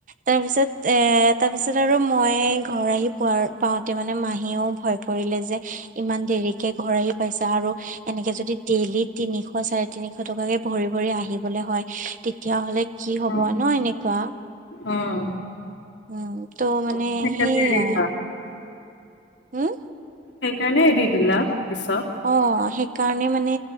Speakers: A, on the right; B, on the left.
A: তাৰ পিছত এ তাৰ পিছত আৰু মই ঘৰ আহি পোৱা পাওওঁতে মানে মাহীয়েও ভয় ধলে যে ইমান দেৰিকে ঘৰাই পাইছা আৰু এনেকে যদি ডেইলি তিনিশ চাৰে তিনিশ টকাকে ভৰি ভৰি আহিবলৈ হয়, তেতিয়াহ'লে কি হব
B: উম
A: ন এনেকুৱা।
B: উম।
A: উম ত মানে
B: <unintelligible>
A: সেইয়াই হম
B: সেইকাৰণে এৰি দিলা পিছত
A: অ', সেইকাৰণে মানে